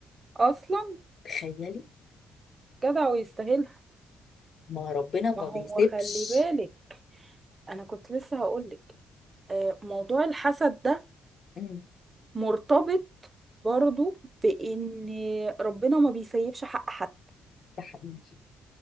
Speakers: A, on the right; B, on the left.
A: اصلا
B: تخيلي
A: جدع ويستاهلها
B: ما ربنا ما
A: ما هو
B: بيسيبش
A: خلي بالك انا كنت لسه هقولك آه، موضوع الحسد ده
B: مم.
A: مرتبط برضو بإن ربنا ما بيسيبش حق حد
B: ده حقيقي